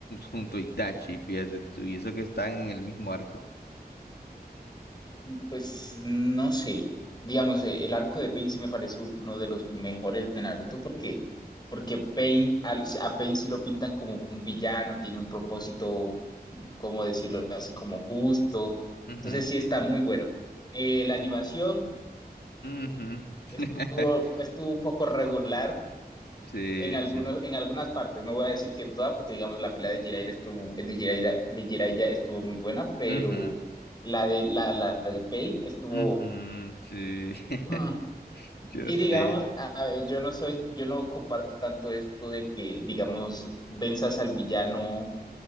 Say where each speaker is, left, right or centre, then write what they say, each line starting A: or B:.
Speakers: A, on the left (about 80°); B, on the left (about 25°).
A: junto a Itachi, fíjate tú, y eso que están en el mismo arco.
B: Pues no sé. Digamos, eh, el arco de Pain sí me parece uno de los mejores de Naruto porque, porque Pain, al- a Pain sí lo pintan como un villano, tiene un propósito, ¿cómo decirlo así? Como justo.
A: Ujú,
B: Entonces sí está muy bueno. Eh, la animación
A: ujú. <laughs>
B: estuvo, estuvo un poco regular
A: Sí,
B: en, algunos,
A: sí.
B: en algunas partes. No voy a decir que en todas, porque digamos la pelea de Jiraiya estuvo, de Jiraiya, de Jiraiya estuvo muy buena, pero
A: Ujú,
B: la de, la, la de Pei estuvo...
A: ujú, sí,
B: hmm,
A: <laughs> yo
B: y
A: sé.
B: digamos, a- yo no soy, yo no comparto tanto esto de que, digamos, venzas al villano